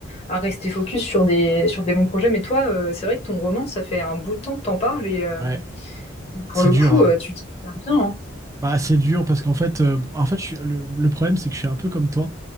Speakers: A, on the left; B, on the right.
A: à rester focus sur des sur des bons projets. Mais toi, euh, c'est vrai que ton roman, ça fait un bout de temps que t'en parles et euh,
B: Ouais,
A: pour
B: c'est
A: le
B: dur,
A: coup,
B: hein.
A: euh, tu t'y tiens bien. hein.
B: Bah, c'est dur parce qu'en fait, euh, en fait, je suis- le, le problème, c'est que je suis un peu comme toi.